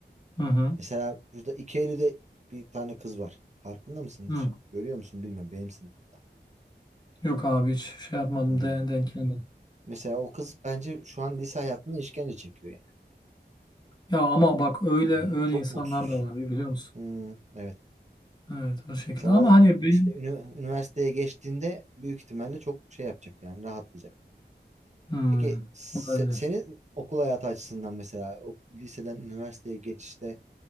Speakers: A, on the left; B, on the right.
A: hı hı.
B: Mesela burada iki Eylül'de bir tane kız var. Farkında mısın
A: Hı.
B: hiç? Görüyor musun bilmiyorum. Benim sınıfımda.
A: Yok abi hiç şey yapmadım,
B: Hı.
A: de- denk gelmedim.
B: Mesela o kız bence şu an lise hayatında işkence çekiyor yani.
A: Ya ama bak öyle
B: Hı
A: öyle
B: hı. Çok
A: insanlar
B: mutsuz.
A: da var biliyor musun?
B: Hı, evet.
A: Evet o şekilde
B: Sen o
A: ama hani benim
B: işte ünü- üniversiteye geçtiğinde büyük ihtimalle çok şey yapacak yani rahatlayacak.
A: Hmm,
B: Peki se-
A: olabilir.
B: senin okul hayatı açısından mesela o liseden üniversiteye geçişte